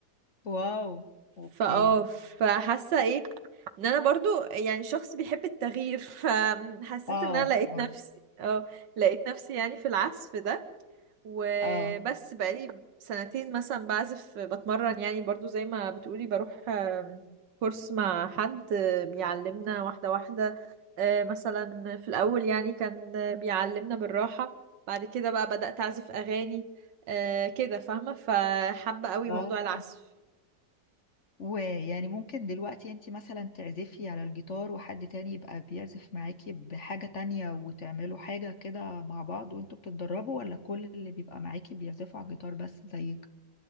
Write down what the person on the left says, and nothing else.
واو اوكي
اه
اه
اه
اه
ويعني ممكن دلوقتي انت مثلا تعزفي على الجيتار وحد تاني يبقى بيعزف معاكي بحاجة تانية وتعملوا حاجة كده مع بعض وانتوا بتتدربوا ولا كل اللي بيبقى معاكي بيعزفوا على الجيتار بس زيك؟